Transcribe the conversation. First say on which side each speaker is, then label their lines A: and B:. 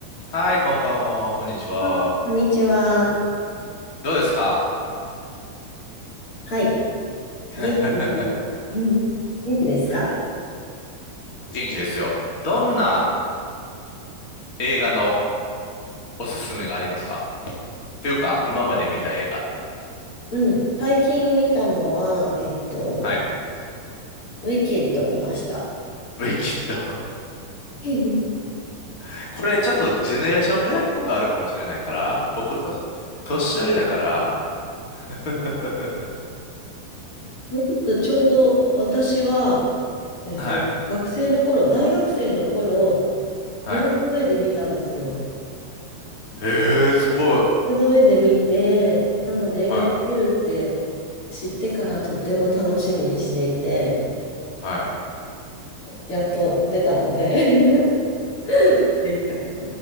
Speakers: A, on the left; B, on the left.
A: はい、こんばんは、こんにちは。
B: あこんにちは。
A: どうですか
B: はい。
A: <laughs>
B: 元気ですよ。うん元気ですか
A: お元気ですよ。どんな映画のおすすめがありますかというか、今まで見た映画。
B: うん。最近見たのは、えっと、
A: はい。
B: ウィキッド見ました。
A: ウィキッド。
B: <laughs> ウ
A: <laughs> これちょっとジェネレーションギャップがあるかもしれないから、僕と、年寄りだから。<laughs>
B: ィキッドちょうど私は、えっと、
A: はい。
B: 学生の頃、大学生の頃、
A: はい。
B: ブロードウェイで見たんですよ。
A: へえ、すごい。
B: ブロードウェイで見て、なので映画が出るって
A: はい。
B: 知ってからとっても楽しみにしていて、
A: はい。
B: やっと出たので <laughs> 嬉しかった。